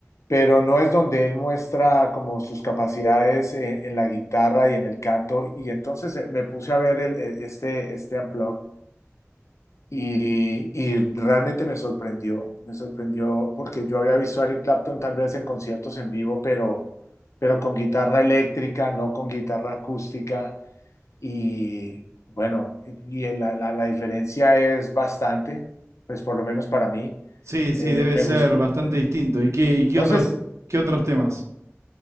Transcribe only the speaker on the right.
Sí, sí,
debe
ser
bastante distinto. ¿Y qué, y qué
otros,
qué otros temas?